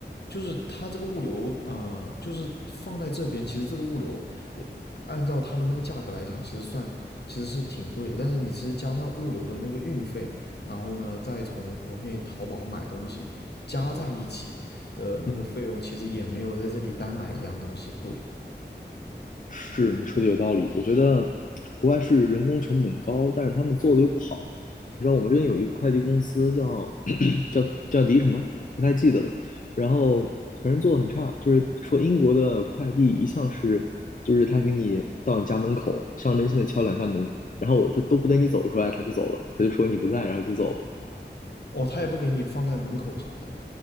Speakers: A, on the left; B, on the left.
A: 就是它这个物流，呃，就是放在这边，其实这个物流，呃，按照他们那个价格来讲，其实算其实是挺贵的，但是你其实加上物流的那个运费，然后呢再从国内淘宝买东西加在一起的那个费用，
B: 嗯，
A: 其实也没有在这里单买一样东西贵。
B: 是你说的有道理，我觉得国外是人工成本高，但是他们做的又不好。你知道我们这边有一个快递公司叫 <clears throat> 叫叫迪什么，不太记得了。然后反正做的很差，就是说英国的快递一向是，就是他给你到你家门口，象征性的敲两下门，然后他都不等你走出来，他就走了，他就说你不在，然后就走了。
A: 哦，他也不给你放在门口啥的，